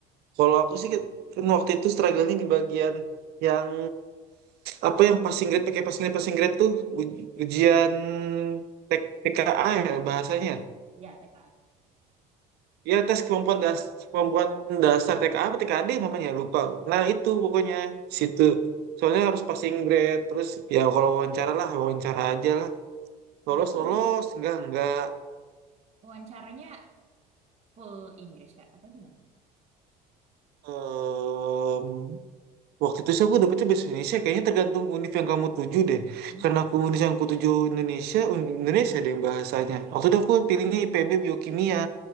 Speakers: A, on the right; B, on the right.
A: Kalau aku sih kan waktu itu struggle-nya di bagian yang... Apa yang passing grade, pakai passing grade, passing grade tuh. uj- Ujian T- TKA ya bahasanya.
B: iya TKA.
A: ya tes kemampuan dasar kemampuan dasar TK apa TKD namanya lupa nah itu pokoknya di situ soalnya harus passing grade terus ya kalau wawancara lah wawancara aja lah lolos
B: Itu wawan-
A: lolos enggak enggak
B: wawancaranya full Inggris Kak atau gimana?
A: Em, waktu itu sih aku dapetnya bahasa Indonesia kayaknya tergantung univ yang kamu tuju deh
B: Hmm.
A: karena aku univ yang aku tuju Indonesia un- Indonesia ada yang bahasanya waktu itu aku pilihnya IPB biokimia